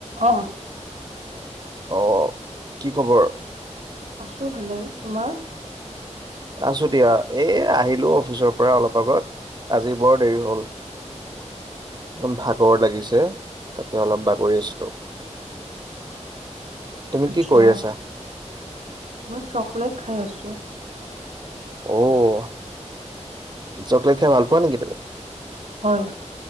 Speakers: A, on the right; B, on the right.
A: অহ'
B: অহ' কি খবৰ?
A: আছোঁ ভালে, তোমাৰ?
B: আছোঁ দিয়া, এই আহিলোঁ অফিচৰ পৰা অলপ আগত। আজি বৰ দেৰি হ'ল। ইমান ভাগৰ লাগিছে, তাতে অলপ বাগৰি আছোঁ। তুমি
A: আচ্ছা।
B: কি কৰি আছা?
A: মই চকলেট খাই আছোঁ।
B: অ' চকলেট খাই ভাল পোৱা নেকি তুমি?
A: হয়,